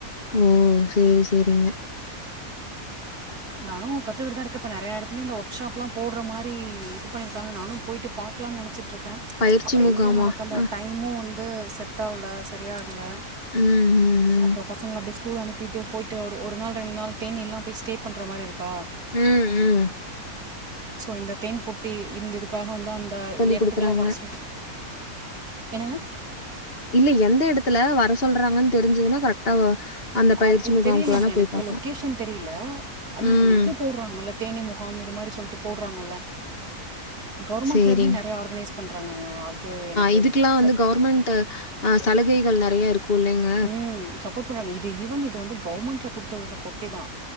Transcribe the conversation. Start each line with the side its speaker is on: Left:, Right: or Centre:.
Left: ஓ சேரி சேரிங்க
Right: நானு கத்துகிட்டுதா இருக்கே இப்ப நெறய எடத்துலயு இந்த ஒர்க் ஷாப்லா போடுற மாரி இது பண்ணிருக்காங்க நானும் போய்ட்டு பா க்கலான் நெனச்சிட்டு இருக்கே
Left: பயிற்சி
Right: அப்ற
Left: முகாமா?
Right: எங்க நமக்கு அந்த
Left: அ,
Right: டைம் மூ வந்து செட் ஆகல சரியாகல
Left: ம், ம்,
Right: அப்றோ
Left: ம்.
Right: பசங்கள அப்டியே ஸ் கூல் அனுப்பிட்டு போயிட்டு ஒரு நாள் ரெண்டு நாள் தேனி எல்லாம் ஸ்டே பண்ற மாரி இருக்கா
Left: ம் ம்
Right: சோ இந்த தேன் பொட்டி இந்த இதுக்காக வந்து அந்த
Left: சொல்லிக்
Right: எடத்துக்குல்லா
Left: குடுக்குறாங்க.
Right: வர சொல் என்னங்க
Left: இல்ல எந்த எடத்துல வர சொல்றாங்கன்னு தெரிஞ்சதுன்னா கரெக்டா வ அந்த பயிற்சி
Right: அது
Left: முகாமுக்கு
Right: தெரியலேங்க
Left: வேணா
Right: எனக்கு
Left: போய் பார்க்கலாம்.
Right: லொக்கேஷன் தெரியல ஆனா
Left: ம்.
Right: இந்த இது போடுறாங்கல்ல தேனி முகாம் இது மாரி சொல்லிட்டு போடுறாங்கல்ல கவர்மெண்ட்லேருந்தே
Left: சரிங்க.
Right: நெறைய ஆர்கனைஸ் பண்ணுறாங்கங்க அது எனக்கு
Left: இதுக்கெல்லாம்
Right: ச
Left: வந்து கவர்மெண்ட்டு ஆ சலுகைகள் நெறைய இருக்குல்லங்க
Right: ம் சப்போர்ட் பண்றாங்க இது ஈவன் இது வந்து கவர்ன்மெண்ட்ல குடுத்தது பொட்டி தா